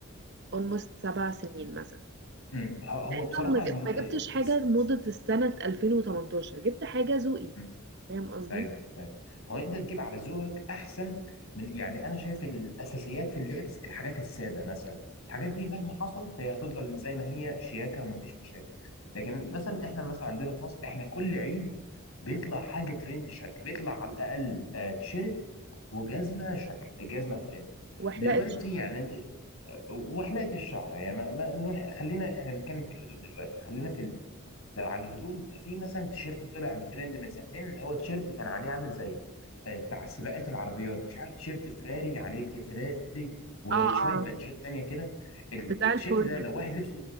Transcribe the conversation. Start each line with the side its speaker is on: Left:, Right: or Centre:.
Right: اولموست سبع سنين مثلا
Left: مم. هو هو
Right: لانه
Left: بصراحة
Right: ما ج-
Left: الم...
Right: ما
Left: إيه،
Right: جبتش
Left: اس-
Right: حاجه موضه السنه 2018 جبت حاجه ذوقي
Left: مم.
Right: فاهم قصدي
Left: ايوه ايوه هو انت تجيب على ذوقك احسن من يعني انا شايف الاساسيات في اللبس الحاجات السادة مثلا الحاجات دي مهما حصل هي هتفضل زي ما هي شياكة ومفيش مشاكل لكن مثلا احنا مثلا عندنا في مصر احنا كل عيد بيطلع حاجة ترند شكل بيطلع على الاقل آه تيشيرت وجزمة شكل جزمة ترند
Right: وحلقت
Left: دلوقتي
Right: شعر
Left: يعني انت وحلقه الشعر يعني ما ما منوح- خلينا احنا بنتكلم في الهدوم دلوقتي خلينا في لو على الهدوم ففي مثلا تيشيرت طلع ترند من سنتين اللي هو تيشيرت كان عليه عامل زي آه، بتاع سباقات العربيات مش عارف تيشيرت فراري عليه ك- فراري وشويه
Right: اه اه
Left: بادجات تانية كده ال-
Right: بتاع
Left: التيشيرت
Right: الفورمولا
Left: ده لو واحد لبسه